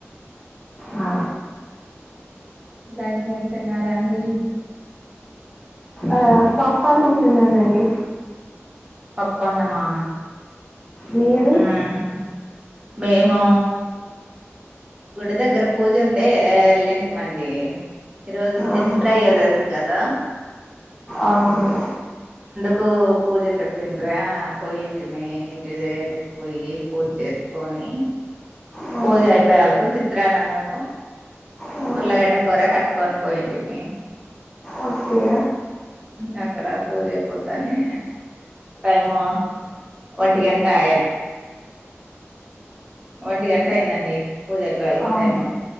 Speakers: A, on the left; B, on the right.
A: ఆ
B: లంచేన్ తిన్నారా అండి
A: ఆ పప్పన్నం తిందందండి
B: పప్పన్నమా
A: మీరు
B: మ్మ్ మేము గుడి దగ్గర పూజుంటే ఎళ్ళింటి మండి ఈరోజు శని
A: ఆహా,
B: త్రయోదశి కదా
A: అవును
B: కు పూజ చే పిండ్రా పొయ్యింటిమి ఇంటి దేవునికి పొయ్యి పూజ చేసుకొని
A: ఆ,
B: పూజ అయిపోయాలకు చిత్రాన్నమును
A: ఆ,
B: ఉర్లగడ్డ కూర కట్టుకొని పోయింటిమి
A: ఓకే
B: ఇంకా అక్కడ పూజ అయిపోతానే టైము ఒంటి గంట ఆయ ఒంటిగంట అయిందండి పూజ అయిపోయాలకు
A: అవును.
B: టైము